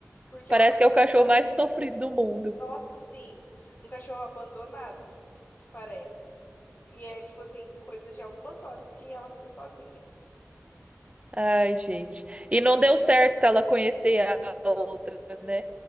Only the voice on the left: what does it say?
Porque
ela faz
uma
cara.
Nossa, sim, um cachorro abandonado, parece. E é tipo assim, coisas de algumas horas que ela fica sozinha.